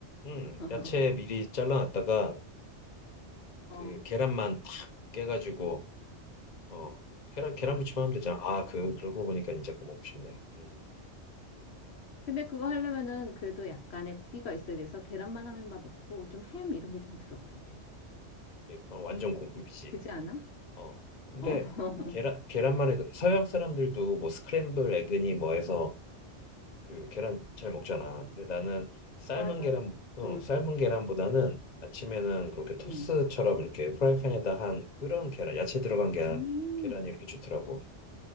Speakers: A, on the left (about 40°); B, on the left (about 65°).
A: 음,
B: <laughs>
A: 야채 미리 잘라놨다가
B: 어.
A: 그 계란만 탁 깨가지고 어 계란 계란무침 하면 되잖아. 아 그 그러고 보니까 진짜 그거 먹고 싶네. 음,
B: 근데 그거 하려면은 그래도 약간의 고기가 있어야 돼서 계란만 하면 맛없고 좀 햄 이런 게 좀 들어가야 돼.
A: 예, 그건 완전 공급이지.
B: 그지 않아?
A: 어 근데
B: 어. <laughs>
A: 계란 계란만 해도 서양 사람들도 뭐 스크램블 에그니 뭐 해서 그 계란 잘 먹잖아. 근데 나는 삶은
B: 맞아.
A: 계란 어
B: 응.
A: 삶은 계란보다는 아침에는 그렇게 토스처럼
B: 응.
A: 이렇게 프라이팬에다 한 그런 계란 야채 들어간 계란
B: 음.
A: 계란이 이렇게 좋더라고.